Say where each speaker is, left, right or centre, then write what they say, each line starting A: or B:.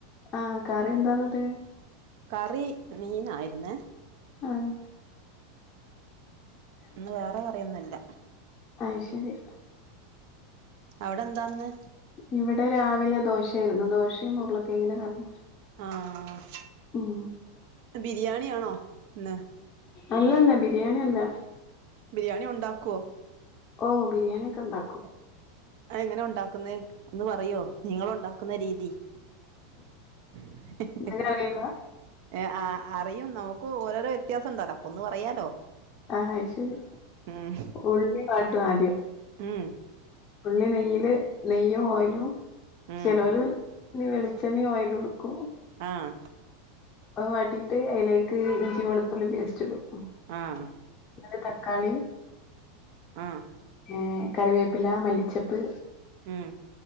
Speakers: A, on the left; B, on the right.
A: ആഹ് കറിന്താന്നട്ട്
B: കറി മീനായിരുന്നേ
A: ആഹ്
B: ഇന്ന് വേറെ കറിയൊന്നുല്ല
A: അയ്ശരി
B: അവിടെന്താന്ന്
A: ഇവിടെ രാവിലെ ദോശയിരുന്നു ദോഷിം ഉരുളക്കിഴങ്ങിന്റെ കറിയും
B: ആഹ്
A: ഉം
B: ബിരിയാണിയാണോ ഇന്ന്
A: അല്ലല്ല ബിരിയാണി അല്ല
B: ബിരിയാണി ഉണ്ടാക്കോ
A: ഓഹ് ബിരിയാണിയൊക്കെണ്ടാക്കും
B: അതെങ്ങനെ ഉണ്ടാക്കുന്നേ ഒന്ന് പറയോ നിങ്ങളുണ്ടാക്കുന്ന രീതി <unintelligible>
A: നിങ്ങക്കറിയില്ല
B: ഏ ആ അറിയും നമുക്ക് ഓരോരോ വ്യത്യാസണ്ടല്ലോ ഒന്നു പറയാലോ
A: ആഹ് അയ്ശരി
B: ഉം
A: ഉള്ളിവഴറ്റും ആദ്യം
B: ഉം
A: ഉള്ളി നെയ്യില് നെയ്യും ഓയിലും
B: ഉം
A: ചെലോല് നീ വെളിച്ചെണ്ണീ ഓയിലുടുക്കൂ
B: ആഹ്
A: വാട്ടീട്ട് അയിലേക്ക് ഇഞ്ചി വെളുത്തുള്ളി പേസ്റ്റ് ഇടും ഉംഹ്
B: ആഹ്
A: ന്നൊരു തക്കാളി
B: ആഹ്
A: ഏഹ് കറിവേപ്പില മല്ലിച്ചപ്പ്
B: ഉം